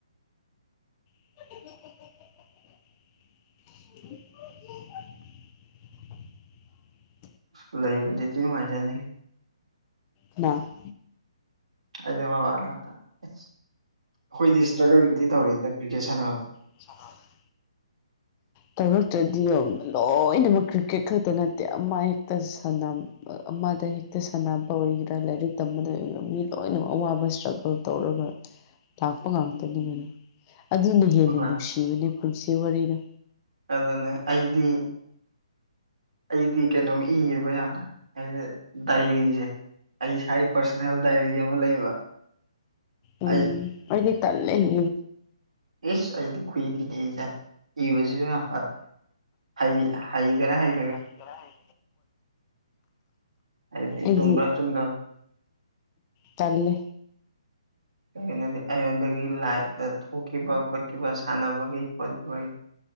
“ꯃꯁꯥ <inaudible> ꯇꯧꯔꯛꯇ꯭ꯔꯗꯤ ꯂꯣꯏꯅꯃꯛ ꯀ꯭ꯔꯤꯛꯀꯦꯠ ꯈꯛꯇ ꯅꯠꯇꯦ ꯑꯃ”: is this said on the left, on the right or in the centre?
Left